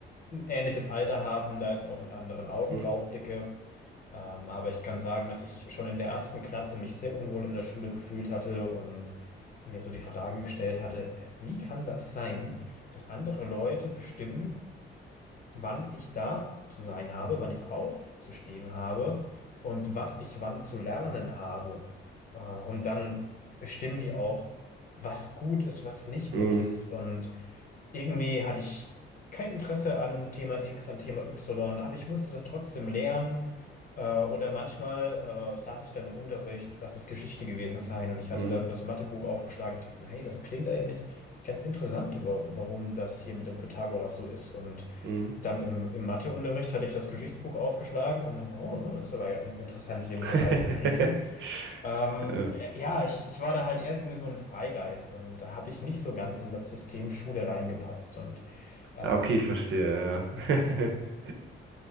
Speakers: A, on the left (about 45°); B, on the right (about 75°).
A: ein ähnliches Alter haben, da jetzt auch mit anderen Augen
B: Mhm.
A: drauf blicke. Ähm, aber ich kann sagen, dass ich schon in der ersten Klasse mich sehr unwohl in der Schule gefühlt hatte und mir so die Frage gestellt hatte, äh, wie kann das sein, dass andere Leute bestimmen, wann ich da zu sein habe, wann ich aufzustehen habe und was ich wann zu lernen habe. Äh, Und dann bestimmen die auch, was gut ist, was nicht gut
B: Mhm.
A: ist. Und irgendwie hatte ich kein Interesse an Thema X, an Thema Y, aber ich musste das trotzdem lernen. Äh, Oder manchmal äh, saß ich dann im Unterricht, lass es Geschichte gewesen sein, und ich
B: Mhm.
A: hatte dann das Mathebuch aufgeschlagen. Ich dachte, hey, das klingt eigentlich ganz interessant, wa- warum das hier mit dem Pythagoras so ist. Und
B: Mhm.
A: dann im, im Matheunterricht hatte ich das Geschichtsbuch aufgeschlagen und dachte mir, oh, das ist aber ja in, interessant hier mit
B: <laughs>
A: den alten Griechen.
B: <laughs>
A: Ähm,
B: Ja,
A: ja, ich, ich war da halt eher irgendwie so ein Freigeist und da habe ich nicht so ganz in das System Schule reingepasst. Und ähm,
B: Ah, okay, ich verstehe, ja. <laughs>